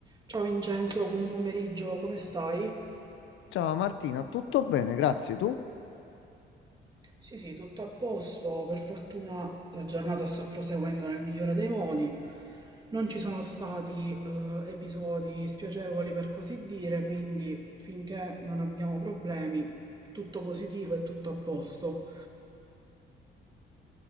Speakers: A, on the right; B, on the left.
A: Ciao Vincenzo, buon pomeriggio, come stai?
B: Ciao Martina, tutto bene, grazie. Tu?
A: Sì, sì, tutto a posto. Per fortuna la giornata sta proseguendo nel migliore dei modi. Non ci sono stati eh, episodi spiacevoli per così dire, quindi finché non abbiamo problemi, tutto positivo e tutto a posto.